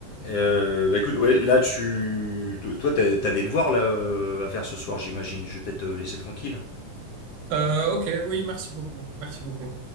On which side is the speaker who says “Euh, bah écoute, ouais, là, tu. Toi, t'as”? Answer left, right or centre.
Left